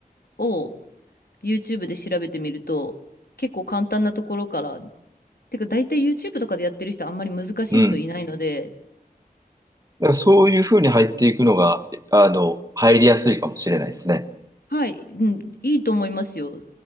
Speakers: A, on the left; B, on the right.
A: を YouTube で調べてみると、結構簡単なところから、てか大体 YouTube とかでやってる人あんまり難しい人いないので、
B: うん。だからそういうふうに入っていくのが、あの、入りやすいかもしれないですね。
A: はい、うん、いいと思いますよ。